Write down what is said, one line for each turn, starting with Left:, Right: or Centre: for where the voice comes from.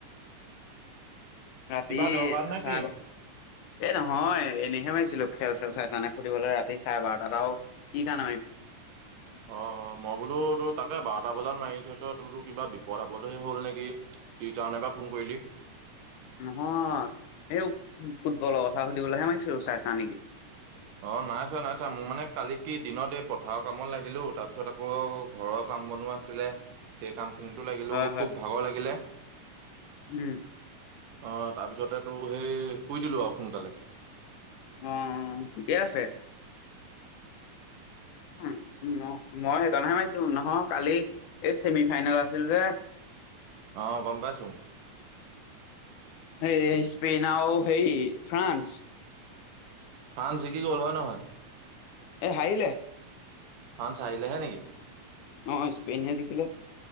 Left: ৰাতি
Right: কিবা দৰকাৰ নেকি?
Left: চাৰে এ, নহয় এনেইহে মাৰিছিলো খেল চেল চাই চানে সুধিবলৈ ৰাতি চাৰে বাৰটাও। কি কানা
Right: অ, অ মই বোলো তো তাকে বাৰটা বজাত মাৰি থৈছ বোলো কিবা বিপদ আপদহে হ'ল নেকি। কি কাৰণে বা ফোন কৰিলি?
Left: নহয়, এই ফুটবলৰ কথা সুধিবলৈহে মানি চাইছা নেকি।
Right: অ, নাই চোৱা নাই চোৱা মোৰ মানে কালি কি দিনত এই পথাৰৰ কামত লাগিলো তাৰপিছত আকৌ ঘৰৰ কাম বনোৱা আছে। লে, সেই কাম খিনিতো লাগিলো
Left: হয় হয়
Right: খুব ভাগৰ লাগিলে।
Left: উম
Right: অ, তাৰপিছতে তটো সেই শুই দিলো আৰু সোনকালে।
Left: অ, ঠিকে আছে। উম, উম, মই সেইকাৰনেহে মাৰিছো, নহয় কালি এই চছেমি ফাইনেল আছিল যে।
Right: অ, গম পাইছো।
Left: সেই, স্পেইন আ সেই ফ্ৰানস।
Right: ফ্ৰান্স জিকি গ'ল হয় নহয়।
Left: এ, হাৰি
Right: ফ্ৰান্স হাৰিলে হে, নেকি।
Left: অ, স্পেইন হে জিকিলে।